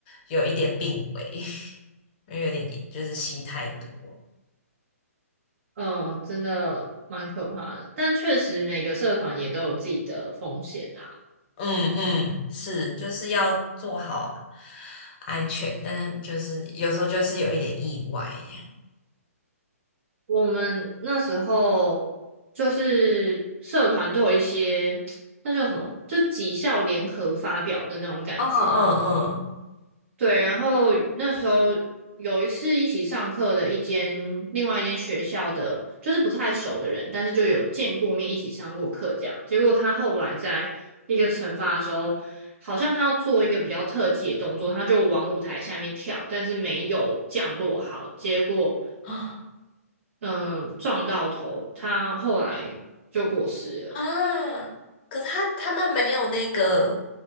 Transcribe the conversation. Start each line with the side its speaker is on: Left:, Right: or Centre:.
Left: 有一点病危，<laughs> 因为有点也就是吸太多。
Right: 嗯，真的蛮可怕的。但确实每个社团也都有自己的风险啦。
Left: 嗯嗯，是，就是要做好安全，但是就是有时候就是有一点意外一样。
Right: 我们那时候就是社团都有一些，<tsk> 那叫什么，就几校联合发表的那种感觉。
Left: 嗯嗯
Right: 对，然后那时候有一次一起上课的一间另外一间学校的，就是不太熟的人，但是就有见过面，一起上过课这样。结果他后来在一个惩罚的时候，好像他要做一个比较特技的动作，他就往舞台下面跳，但是没有降落好，结果
Left: 嗯，
Right: 嗯撞到头，他后来就过世了。
Left: 啊，可是他他们没有那个